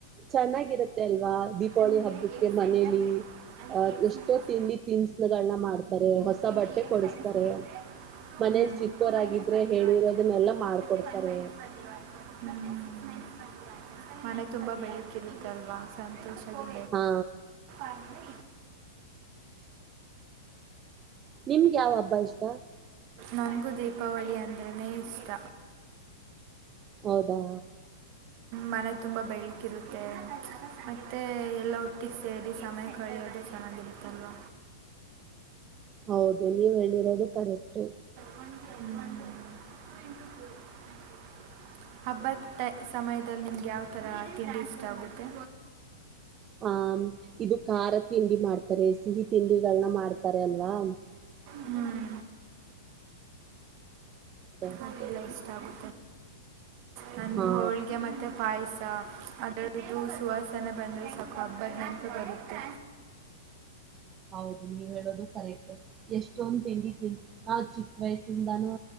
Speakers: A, on the right; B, on the right.
A: ಚೆನ್ನಾಗಿರತ್ತೆ ಅಲ್ವಾ ದೀಪಾವಳಿ
B: ನಮಗೆ
A: ಹಬ್ಬಕ್ಕೆ
B: ಎಕ್ಸ್
A: ಮನೇಲಿ
B: ಸೆಂಟರ್ ಬೇಕು ಅದಕ್ಕೆ
A: ಅಹ
B: ಎಕ್ಸ್
A: ಎಷ್ಟೋ
B: ಮೈನಸ್
A: ತಿಂಡಿ ತನ್ಸನ್ಗಳನ್ನ ಮಾಡ್ತಾರೆ ಹೊಸ
B: ಇಲ್ಲಿ
A: ಬಟ್ಟೆ
B: ಎಕ್ಸ್
A: ಕೊಡಸ್ತಾರೆ
B: ಮೈನಸ್ ಅಂದರೆ ಟೂ
A: ಮನೇಲಿ
B: ಹ್ಮ್.
A: ಚಿಕ್ಕೋರಾಗಿದ್ರೆ
B: ಟೂ ಮೈನಸ್ ಬಂದಿರೋ
A: ಹೇಳಿರೋದನ್ನೆಲ್ಲ
B: ಆನ್ಸರ್
A: ಮಾಡ್ಕೊಡ್ತಾರೆ
B: ಮತ್ತೆ ಒನ್ ಮೈನಸ್ ಬಂದಿರೋ ಆನ್ಸರ್ ಮತ್ತೆ ಹ್ಮ್. ಸಿಕ್ಸ್ ಮೈನಸ್ ಮನೆ ತುಂಬಾ ಬೆಳಕಿರುತ್ತಲ್ವಾ ಸಂತೋಷ ಅ
A: ಹಾ
B: ಆದ್ರೆ
A: ನಿಮ್ಗೆ ಯಾವ ಹಬ್ಬ ಇಷ್ಟ
B: ನನಗೂ ದೀಪಾವಳಿ ಅಂದ್ರನೇ ಇಷ್ಟ
A: ಹೌದಾ
B: ಮನೆ ತುಂಬ ಬೆಳಕಿರುತ್ತೆ ಮತ್ತು ಎಲ್ಲ ಹುಟ್ಟಿಗೆ ಸೇರಿ ಸಮಯ ಕಳಿಯೋದು ಚೆನ್ನಾಗಿರುತ್ತಲ್ವ
A: ಹೌದು ನೀವ್ ಹೇಳಿರೋದು ಕರೆಕ್ಟು
B: ಒಟ ಹಬ್ಬದ ಸಮಯದಲ್ಲಿ ನಿಮ್ಗೆ ಯಾವ ಥರ ತಿಂಡಿ ಇಷ್ಟ ಆಗುತ್ತೆ
A: ಹ ಇದು ಖಾರ ತಿಂಡಿ ಮಾಡ್ತಾರೆ ಸಿಹಿ ತಿಂಡಿಗಳನ್ನ ಮಾಡ್ತಾರೆ ಅಲ್ವಾ
B: ಹ್ಮ್
A: ಮತ್ತೆ
B: ಹಕೆಲ್ಲ ತವು ನನ್ಗು
A: ಹಾ
B: ಹೋಳಿಗೆ ಮತ್ತೆ ಪಾಯಸ ಅದರದ್ದದು ಸುವಾಸನೆ ಬಂದರೆ ಸವಖ ಹಬ್ಬದ ನನಂತೂ ಬರುತ್ತೆ
A: ಹೌದು ನೀವ್ ಹೇಳೋದು ಕರೆಕ್ಟ್ ಎಷ್ಟ ಅಷ್ಟೊಂದು ತಿಂಡಿ ತಿಿ ನಾ ಚಿಕ್ಕ ವಯಸ್ಸಿಂದಾನೂ